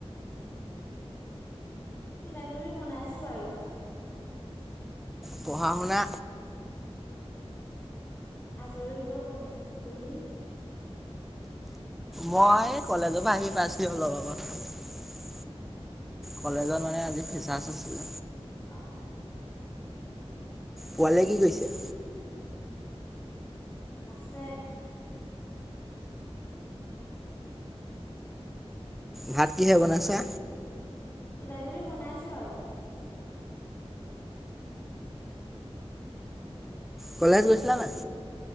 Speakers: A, on the left; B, in the centre.
A: কিবা কিবি বনাইছোঁ আৰু।
B: পঢ়া- শুনা
A: আজৰি হৈ পঢ়িম তুমি?
B: মই কলেজৰ পৰা আহি পাইছোঁ অলপ আগত। কলেজত মানে আজি ফ্ৰেছাৱা আছিল।
A: অহ
B: পোৱালীয়ে কি কৰিছে
A: আছে।
B: ভাত কিহে বনাইছা।
A: কিবা কিবি বনাইছোঁ আৰু।
B: কলেজ গৈছিলা নাই।